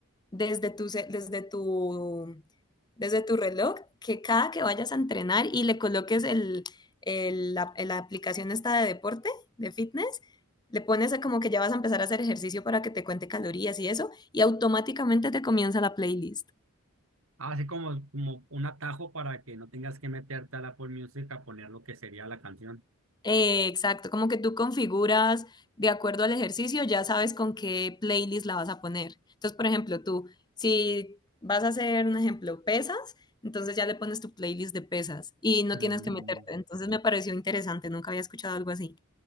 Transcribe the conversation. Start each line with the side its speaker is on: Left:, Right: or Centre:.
Left: desde tu, ce- desde tu, desde tu reloj que cada que vayas a entrenar y le coloques el, el- la, la aplicación esta de deporte, de fitness, le pones a como que ya vas a empezar a hacer ejercicio para que te cuente calorías y eso, y automáticamente te comienza la playlist.
Right: Así como, como un atajo para que no tengas que meterte al Apple Music a poner lo que sería la canción.
Left: Eh, exacto, como que tú configuras de acuerdo al ejercicio, ya sabes con qué playlist la vas a poner. Entonces, por ejemplo, tú, si vas a hacer un ejemplo, pesas, entonces ya le pones tu playlist de pesas y no
Right: Mm,
Left: tienes que meterte. Entonces me pareció interesante, nunca había escuchado algo así.